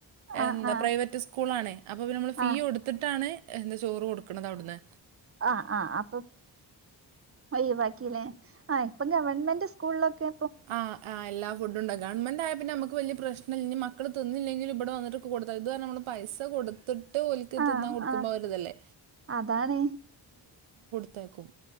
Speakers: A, on the right (about 30°); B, on the right (about 75°).
A: ആഹ്
B: എന്താ
A: ആഹ്
B: പ്രൈവറ്റ് സ്കൂളാണേ അപ്പൊ നമ്മള് ഫീ
A: ആഹ്
B: കൊടത്തിട്ടാണ് എന്താ ചോറ് കൊടുക്കണത് അവിടന്ന്
A: ആ ആ അയ്യോ വെക്കല്ലേ ആ ഇപ്പം ഗവൺമെന്റ് സ്കൂൾളൊക്കെ
B: ആഹ് ആഹ് എല്ലാ ഫുഡ് ഉണ്ട് ഗവൺമെൻ്റായ പിന്നെ നമ്മക്ക് വല്ല്യ പ്രശ്നില്ല മക്കള് തിന്നില്ലെങ്കിലും ഇബിടെ വന്നിട്ട് കൊടുക്ക ഇത് നമ്മള് പൈസ കൊടുത്തിട്ട് ഒല്ക്ക്
A: ആഹ്
B: തിന്നാ കൊടുക്കമ്പോരിതല്ലേ
A: ആഹ് അതാണ്
B: ഉണ്ടാക്കും